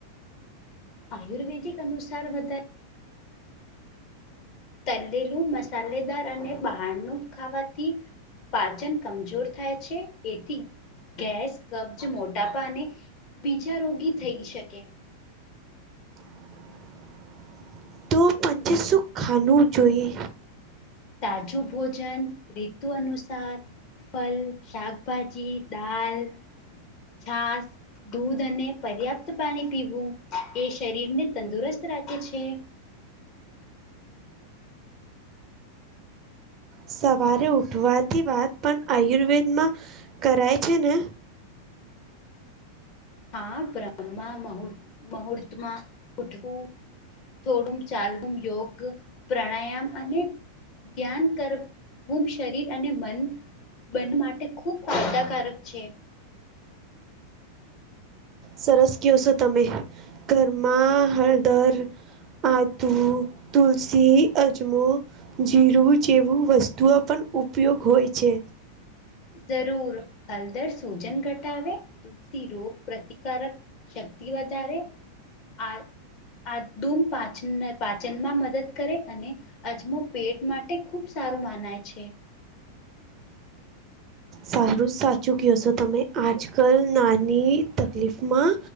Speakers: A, on the left; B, on the right.
A: આયુર્વેદિક અનુસાર વધારે તલેલું મસ્ સાલેદાર અને બહારનુંનું ખાવાથી પાચન કમજોર થાય છે એથી ગેસ કબજ મોટાપાને બીજા રોગી થઈ છે.
B: <inaudible> તો પંચીસું ખાનું જોઈએ.
A: તાજું ભોજન ઋતુ અનુસાર ફલ શાકભાજી દાલ છાસ દૂધ અને પર્યાપ્ત પાણી પીવું એ શરીરને તંદુરસ્ત રાખે છે.
B: સવારે ઉઠવાથી વાત પણ આયુર્વેદમાં કરાય છે ને.
A: હા બ્રહ્મા મુહૂર્તમાં ઉઠવું. થોડું ચાલવુ યોગ પ્રાણાયામ અને ધ્યાન કરવું શરીર અને મન બન માટે ખૂબ ફાયદાકારક છે.
B: સરસ કયો છો તમે ઘરમાં હળદર આદુ તુલસી અજમો. જીરું જેવું વસ્તુઓ પણ ઉપયોગ હોય છે.
A: જરૂર હલદર સૂજન ઘટાવે. તુલસી રોગ પ્રતિકારક શક્તિ વધારે આ આધૂમ પાચન પાચનમાં મદદ કરે અને અજમો પેટ માટે ખુબ સારું માનાય છે.
B: સારું જ સાચું કહે છો તમે આજકાલ નાની તકલીફમાં